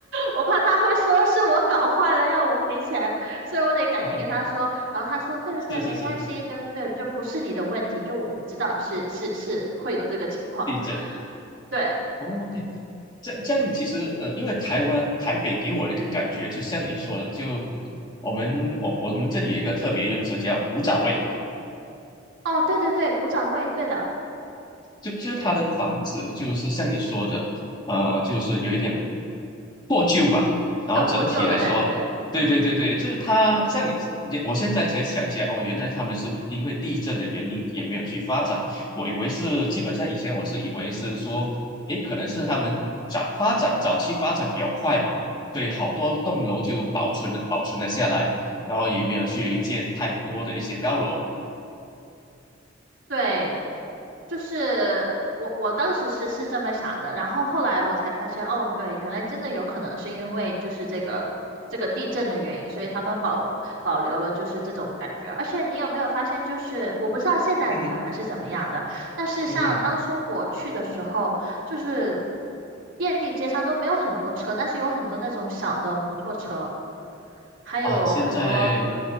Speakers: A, on the right (about 85°); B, on the left (about 25°).
A: 我怕他会说是我搞坏了，让我赔钱，所以我得赶紧跟他说。
B: <laughs>
A: 然后他说，对对对，
B: 是是是，
A: 没关系，对对，就不是你的问题，就我们知道是是是会有这个情况，
B: 地震
A: 对，
B: 哦，诶这这样其实呃，因为台湾台北给我的一个感觉，就像你说的，就我们我我们这里有一个特别用词叫古早味，
A: 哦，对对对，古早味，对的，
B: 就就是它的房子就是像你说的，呃，就是有一点破旧吧。然后整体来说，
A: 小破旧的感觉，
B: 对对对对，
A: 嗯。
B: 就是它像你，你我现在才想起来，哦，原来他们是因为地震的原因也没有去发展。我以为是基本上以前我是以为是说，诶，可能是他们早发展早期发展比较快嘛，对，好多栋楼就保存了保存了下来，然后也没有去建太多的一些高楼。<laughs>
A: 对，就是我我当时是是这么想的，然后后来我才发现，哦，对，原来真的有可能是因为就是这个这个地震的原因，所以他们保留保留了就是这种感觉。而且你有没有发现，就是我不知道现在的台湾是怎么样的，
B: 嗯哼
A: 但是像当初我去的时候，
B: 嗯哼，
A: 就是遍地街上都没有很多车，但是有很多那种小的摩托车，还有很多，
B: 啊，现在